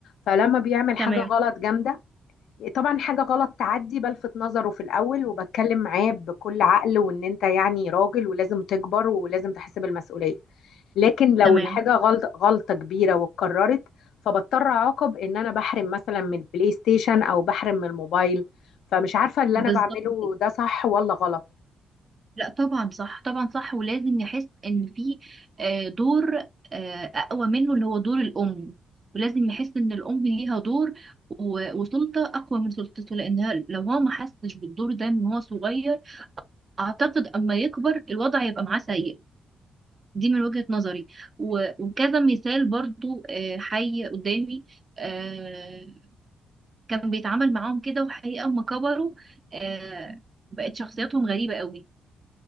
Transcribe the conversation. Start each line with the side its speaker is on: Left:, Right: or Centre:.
Left: فلما بيعمل حاجه
Right: تمام
Left: غلط جامده طبعا حاجه غلط تعدي بلفت نظره في الاول وبتكلم معاه بكل عقل وان انت يعني راجل ولازم تكبر ولازم تحس بالمسؤوليه لكن لو
Right: تمام
Left: الحاجة غلط غلطة كبيرة واتكررت فبضطر أعاقب إن أنا بحرم مثلا من البلاي ستيشن أو بحرم من الموبايل فمش عارفة اللي
Right: بالظبط
Left: أنا بعمله
Right: كده
Left: ده صح ولا غلط
Right: لا طبعا صح طبعا صح ولازم نحس ان في آه، دور آه، اقوى منه اللي هو دور الام ولازم نحس ان الام ليها دور و- وسلطه اقوى من سلطته لانها لو هو ما حسش بالدور ده من هو صغير اعتقد اما يكبر الوضع يبقى معاه سيء دي من وجهة نظري و- وكذا مثال برضو آه، حي قدامي آه، كان بيتعامل معاهم كده وحقيقة اما كبروا آه، بقت شخصياتهم غريبة قوي